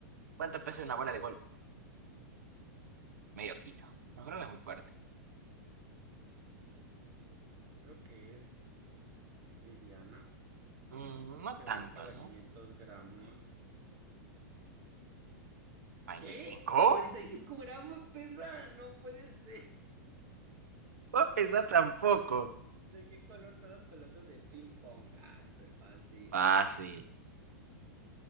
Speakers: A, on the right; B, on the right.
A: ¿Cuánto pesa una bola de golf? Medio kilo. No creo que es muy fuerte.
B: Creo que es liviana,
A: Mm, no
B: pero
A: tanto,
B: no para
A: ¿no?
B: 500 gramos.
A: ¿25?
B: ¿Qué? Cuarenta y cinco gramos pesa? No puede ser.
A: no a pensar tampoco.
B: ¿De qué color son las pelotas de ping pong? Ah, esta es fácil.
A: Fácil.